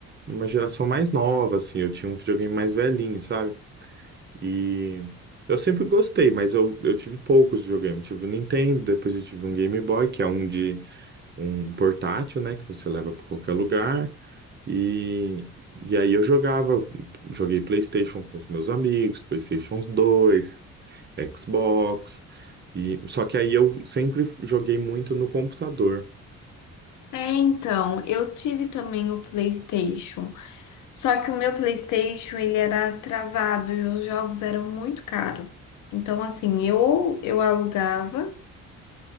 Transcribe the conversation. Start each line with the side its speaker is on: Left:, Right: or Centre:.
Right: numa geração mais nova, assim. Eu tinha um videogame mais velhinho, sabe? E eu sempre gostei, mas eu, eu tive poucos videogames. Eu tive o Nintendo, depois eu tive um Game Boy, que é um de um portátil, né? Que você leva pra qualquer lugar. E, e aí eu jogava, joguei PlayStation com os meus amigos, PlayStation 2, Xbox. E, só que aí eu sempre joguei muito no computador.
Left: É, então, eu tive também o PlayStation. Só que o meu PlayStation, ele era travado e os jogos eram muito caros. Então, assim, eu eu alugava,